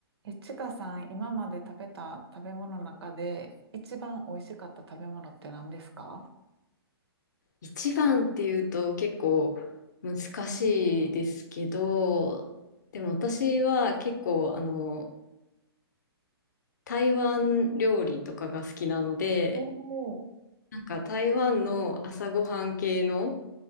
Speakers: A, on the right; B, on the left.
A: え、ちかさん、今まで食べた食べ物の中で一番美味しかった食べ物って何ですか
B: 一番っていうと結構難しいですけど、でも私は結構あの台湾料理とかが好きなので、
A: おー
B: なんか台湾の朝ごはん系の